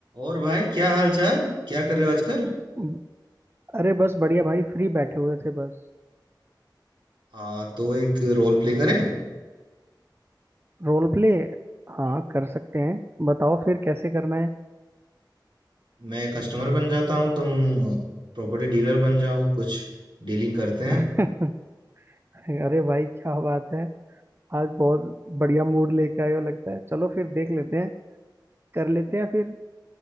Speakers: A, on the right; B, on the right.
A: और भाई क्या हाल चाल क्या कर रहे हो आजकल
B: हम्म, अरे बस बढ़िया भाई फ्री बैठे हुए थे बस
A: हाँ तो एक रोल प्ले करें
B: Role play हाँ कर सकते हैं बताओ फिर कैसे करना है
A: मैं कस्टमर बन जाता हूँ तुम प्रॉपर्टी डीलर बन जाओ कुछ डीलिंग करते हैं
B: <laughs> अरे भाई क्या बात है आज बहुत बढ़िया मूड लेके आए हो लगता है चलो फिर देख लेते हैं कर लेते हैं फिर